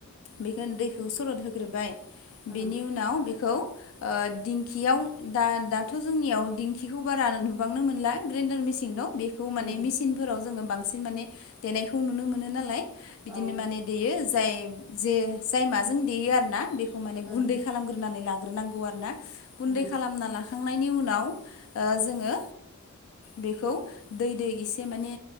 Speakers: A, on the left; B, on the right.
A: बेखौ दैखौ सरद होग्रोबाय
B: उम
A: बेनि उनाव बे खौ दिंखियाव दाथ' जोंनियाव दिंखिखौ बारा नुबांनो मोनला ग्रेनदार मिसिनाव बेखौ माने
B: उम
A: मेसिनफोराव जोङो बांसिन माने देनायखौ नुनो मोनो नालाय। बिदिनो
B: औ
A: माने देयो जाय जे जाय माजों देयो आरो ना बे खौ माने
B: उम
A: गुन्दै खालामग्रोनानै लाग्रोनांगौ आरोना गुन्दै
B: उम
A: खालामना लाखांनायनि उनाव ओ जोङो बेखौ दै दै एसे माने